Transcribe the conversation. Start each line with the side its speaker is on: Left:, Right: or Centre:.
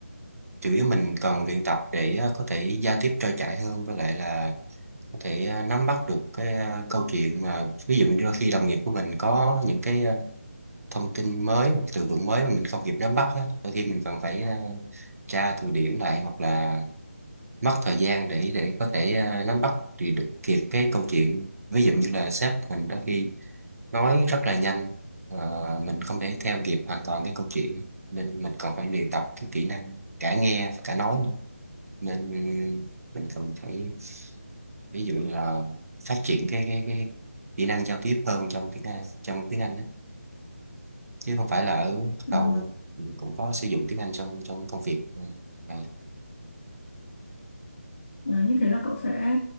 Right: chủ yếu mình cần luyện tập để ờ, có thể giao tiếp trôi chảy hơn với lại là có thể ờ, nắm bắt được cái ờ, câu chuyện mà ví dụ như khi đồng nghiệp của mình có những cái ờ, thông tin mới hoặc từ vựng mới mà mình không kịp nắm bắt á, đôi khi mình cần phải ờ, tra từ điển lại hoặc là mất thời gian để để có thể ờ, nắm bắt thì được kịp cái câu chuyện ví dụ như là sếp mình đôi khi nói rất là nhanh và mình không thể theo kịp hoàn toàn cái câu chuyện nên mình còn phải luyện tập cái kỹ năng cả nghe và cả nói nữa nên mình cần phải ví dụ là phát triển cái cái cái kỹ năng giao tiếp hơn trong tiếng Anh, trong tiếng Anh đấy chứ không phải là ở bắt đầu
Left: Ờ,
Right: luôn mình cũng có sử dụng tiếng Anh trong trong công việc ừ, này.
Left: ờ, như thế là cậu sẽ